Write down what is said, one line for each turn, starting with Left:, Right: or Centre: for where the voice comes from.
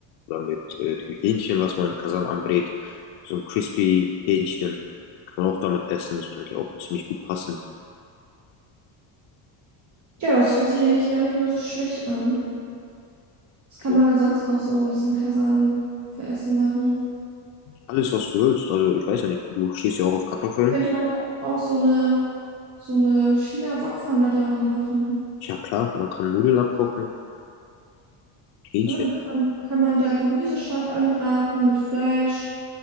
Left: oder mit äh, dem Hähnchen, was man im Kasan anbrät. So ein crispy Hähnchen kann man auch damit essen. Das würde eigentlich auch ziemlich gut passen.
Right: Ja, das hört sich eigentlich gar nicht mal so schlecht an. Was kann
Left: Ja.
Right: man dann sonst noch so in diesem Kasan für Essen machen?
Left: Alles, was du willst. Also ich weiß ja nicht, du stehst ja auch auf Kartoffeln.
Right: Könnte man ja auch so eine, so eine China-Wokpfanne darin machen.
Left: Ja klar, man kann Nudeln abkochen, Hähnchen.
Right: Ja, dann kann man, kann man da Gemüse scharf anbraten mit Fleisch.